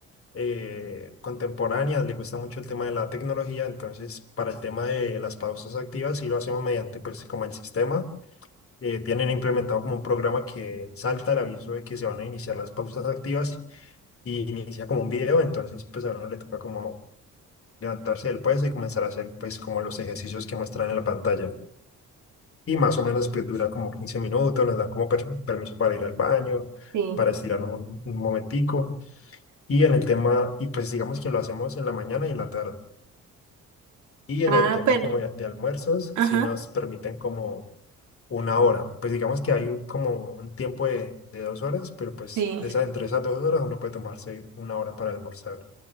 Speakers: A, on the left (about 45°); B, on the right (about 75°).
A: eh, contemporánea, le cuesta mucho el tema de la tecnología, entonces para el tema de las pausas activas sí lo hacemos mediante, pues, como el sistema. eh, tienen implementado como un programa que salta el aviso de que se van a iniciar las pausas activas y inicia como un video, entonces pues a uno le toca como levantarse del puesto y comenzar a hacer pues como los ejercicios que muestran en la pantalla. Y más o menos pues dura como 15 minutos, nos dan como per- permiso para ir al baño,
B: Sí.
A: para estirar un, un momentico. Y en el tema, y pues digamos que lo hacemos en la mañana y en la tarde. Y en
B: Ah,
A: el tema
B: pero,
A: como de, de almuerzos,
B: ajá,
A: sí nos permiten como una hora. Pues digamos que hay un- como un tiempo de, de dos horas, pero pues
B: sí.
A: esa, entre esas dos horas uno puede tomarse una hora para almorzar.